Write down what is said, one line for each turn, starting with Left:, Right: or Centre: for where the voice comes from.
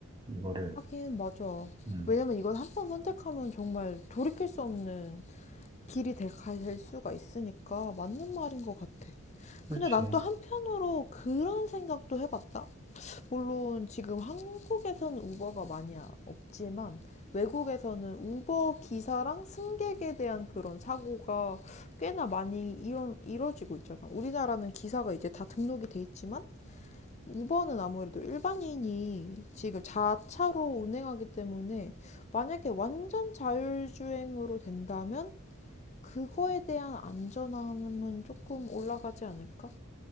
Right: 이거를.
Left: 하긴 맞아.
Right: 음.
Left: 왜냐면 이건 한 번 선택하면 정말 돌이킬 수 없는 길이 될, 갈 수가 있으니까 맞는 말인 것 같아.
Right: 그렇지.
Left: 근데 난 또 한편으로 그런 생각도 해봤다. 물론 지금 한국에서는 우버가 많이 없지만 외국에서는 우버 기사랑 승객에 대한 그런 사고가 꽤나 많이 이런 이뤄지고 있잖아. 우리나라는 기사가 이제 다 등록이 돼 있지만 우버는 아무래도 일반인이 지금 자차로 운행하기 때문에 만약에 완전 자율주행으로 된다면 그거에 대한 안전함은 조금 올라가지 않을까?